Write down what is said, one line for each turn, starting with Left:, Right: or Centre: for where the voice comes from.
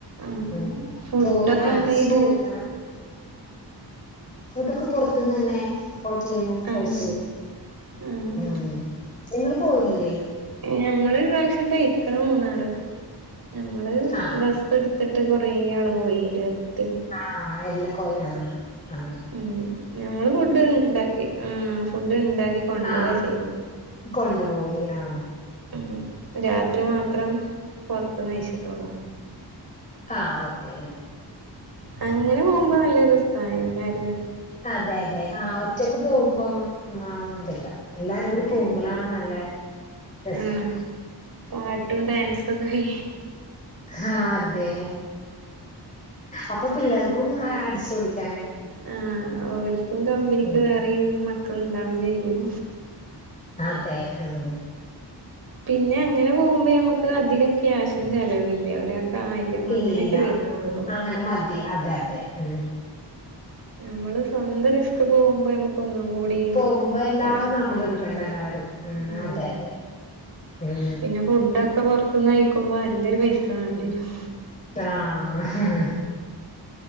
Right: ആഹ്
Left: ഉം
Right: ഫുഡൊക്കെ
Left: പോയി അജച്ച്
Right: എന്തായത്
Left: പോയിട്ടാണ് ഫുഡൊക്കെ പുറത്തുന്ന് തന്നെ ഹോട്ടലന്നക്ക
Right: ആഹ്
Left: കഴിിച്ചു
Right: ആഹ്
Left: ഉ ങ്ങള്ൾ പോയില്ലേ
Right: ഞമ്മള് പ്രാവശ്യം തയിക്കണ മൂന്നാറ് നമ്മള്
Left: ആ
Right: ബസ് എടുത്തിട്ട് ത്ത് കുറ ആള് പോയി ഇരുപ
Left: ആഹ എല്ല കൊറേ ആഹ ആഹ
Right: ഉ ഞമ്മള് ഫുഡ് ഉണ്ടാക്കി ആ ഫുഡ് ഉണ്ടാക്കി കൊണ്ട
Left: ആ
Right: പോവാ ചെയ്ത്
Left: കൊണ്ടുപോയി ആഹ
Right: ഉം രാത്രി മാത്രം പൊറത്ത് കയിച്ചിട്ടോളോ
Left: ആഹ ഓക്കെ
Right: അങ്ങനെ പോകുമ്പോ നല്ല രസ എല്ലാരക്കും
Left: അതെ അതെ ആ ഒച്ചക്ക് പോകുമ്പോം മം ഇതില്ല എല്ലാരും കൂടി പോകുമ്പോളാണ്
Right: ഏഹ്
Left: നല്ല രസം
Right: ആഹ് പാട്ടും ഡാൻസൊക്കെ ക
Left: ആഹ അതെ അപ്പൊ പിള്ളേർക്കും അടിച്ചുപൊളിക്ക
Right: ആഹ ഓൽക്കും കമ്പനിക്കും
Left: ഉം
Right: വേറെ മക്കൾ ഇണ്ടാവും ചെയ്യും
Left: അതെ ഉം
Right: പിന്നെ അങ്ങനെ പോകുമ്പോ നമുക്ക് അധികം ക്യാഷിന് ചെലവില്ലേ ഒരാ ആയിരം
Left: ഇല്ല
Right: അങ്ങനെയൊക്കെ
Left: ഇല്ല
Right: വരരുന്നുള്ളൂ
Left: അങ്ങനെ മതി അതെ അതെ ഉ
Right: നമ്മള് സ്വന്തം റിസ്ക് പോകുമ്പോ നമുക്ക് ഒന്നും കൂടി
Left: പോകുമ്പോ എല്ലാം
Right: ക്യാഷന്നല്ലേ
Left: നമ്മൾ എടുക്കണ്ട തന്നെ വരും ഉം
Right: ആ
Left: അതെ അതെ ഉം
Right: പിന്നെ ഫുഡൊക്കെ പൊറത്തുന്ന് കയിക്കുമ്പോ നല്ലരു പൈസ വാണ്ട്യരും
Left: ആഹ